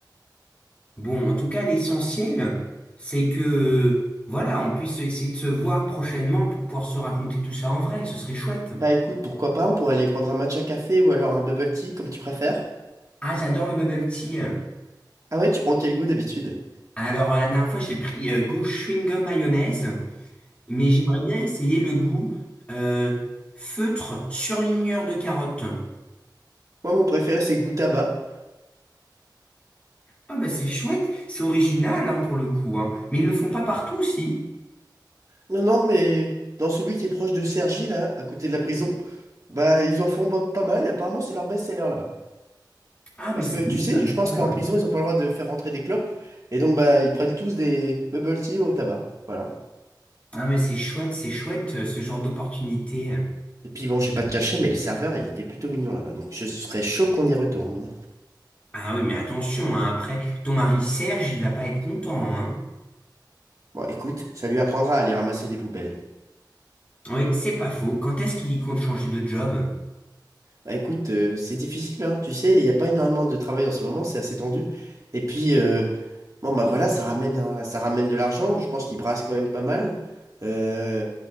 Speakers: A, on the left; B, on the right.
A: Bon, en tout cas, l'essentiel, c'est que, voilà, on puisse essayer de se voir prochainement pour pouvoir se raconter tout ça en vrai. Ce serait chouette.
B: Bah écoute, pourquoi pas, on pourrait aller prendre un matcha café ou alors un bubble tea, comme tu préfères.
A: Ah, j'adore le bubble tea.
B: Ah ouais, tu prends quel goût d'habitude?
A: Alors, la dernière fois, j'ai pris euh, goût chewing-gum mayonnaise, mais j'aimerais bien essayer le goût euh, feutre surligneur de carotte.
B: Moi, mon préféré, c'est goût tabac.
A: Ah, bah, c'est chouette. C'est original, hein, pour le coup, hein. Mais ils le font pas partout, si.
B: Non, non, mais dans celui qui est proche de Cergy, là, à côté de la prison, bah ils en font bo- pas mal et apparemment c'est leur best-seller là-bas.
A: Ah, mais
B: Parce
A: ça
B: que
A: m'étonne
B: tu sais, je pense
A: pas, hein.
B: qu'en prison, ils ont pas le droit de faire rentrer des clopes. Et donc bah ils prennent tous des bubble tea au tabac. Voilà.
A: Ah mais c'est chouette, c'est chouette euh, ce genre d'opportunité.
B: Et puis bon, j'ai pas de cachet, mais le serveur, il était plutôt mignon là-bas. Donc je serais chaud qu'on y retourne.
A: Ah oui, mais attention, hein, après, ton mari Serge, il va pas être content, hein.
B: Bon, écoute, ça lui apprendra à aller ramasser des poubelles.
A: Oui, c'est pas faux. Quand est-ce qu'il compte changer de job?
B: Bah écoute, euh, c'est difficile, hein, tu sais, il n'y a pas énormément de travail en ce moment, c'est assez tendu. Et puis, euh, bon bah voilà, ça ramène, un- ça ramène de l'argent, je pense qu'ils brassent quand même pas mal. Euh,